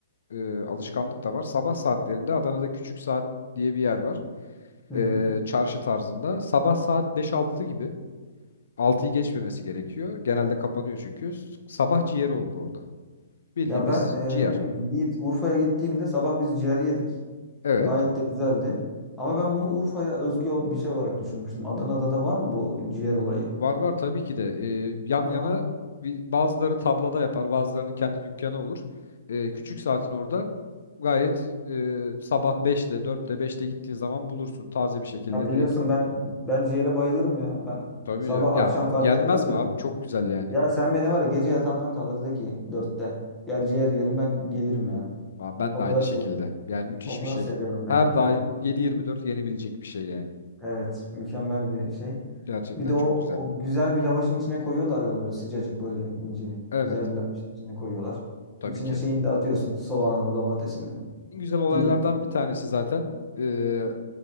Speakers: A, on the left; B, in the centre.
A: E, alışkanlık da var. Sabah saatlerinde Adana'da Küçük Saat diye bir yer var.
B: Hı hı.
A: E, çarşı tarzında. Sabah saat beş altı gibi. altıyı geçmemesi gerekiyor. Genelde kapanıyor çünkü. S- Sabah ciğeri olur orada. Bildiğimiz
B: Ya ben eee,
A: ciğer.
B: Yiğit Urfa'ya gittiğimde sabah biz ciğer yedik.
A: Evet.
B: Gayet de güzeldi. Ama ben bunu Urfa'ya özgü ol- bir şey olarak düşünmüştüm. Adana'da da var mı bu ciğer olayı?
A: Var var tabii ki de Ee, yan
B: Aa,
A: yana bir, bazıları tablada yapar bazılarının kendi dükkanı olur. Ee, küçük saatin orada gayet e, sabah beşte dörtte beşte gittiğin zaman bulursun taze bir şekilde
B: ya biliyorsun
A: direkt.
B: ben ben ciğere bayılırım ya. Ben
A: Tabii
B: sabah
A: ya, ya
B: akşam
A: ba-
B: fark
A: yenmez
B: etmez
A: mi
B: yani.
A: abi çok güzel yani.
B: Ya sen beni var ya gece yatağımdan kaldır de ki dörtte. Gel ciğer yiyelim ben gelirim yani.
A: Aa, ben
B: O
A: de
B: kadar
A: aynı
B: seviyorum.
A: şekilde yani müthiş
B: O
A: bir
B: kadar
A: şey.
B: seviyorum
A: Her
B: yani.
A: daim
B: <laughs>
A: yedi yirmi dört yenebilecek bir şey yani.
B: Evet, mükemmel bir şey.
A: Gerçekten
B: Bir de o,
A: çok güzel.
B: o güzel bir lavaşın içine koyuyorlar ya onu böyle sıcacık böyle ince.
A: Evet
B: Güzel bir lavaşın içine koyuyorlar.
A: tabii
B: İçine
A: ki.
B: şeyini de atıyorsun. Soğanını, domatesini
A: En güzel olaylardan
B: dürüp.
A: bir tanesi zaten e,